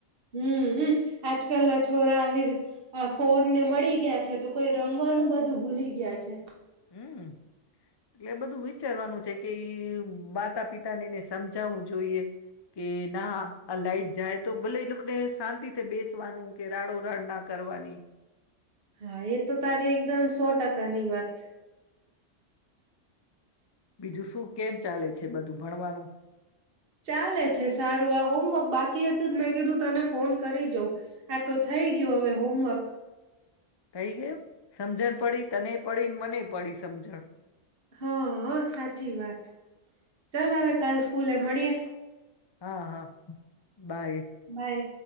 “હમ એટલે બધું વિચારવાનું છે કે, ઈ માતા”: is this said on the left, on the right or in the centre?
Left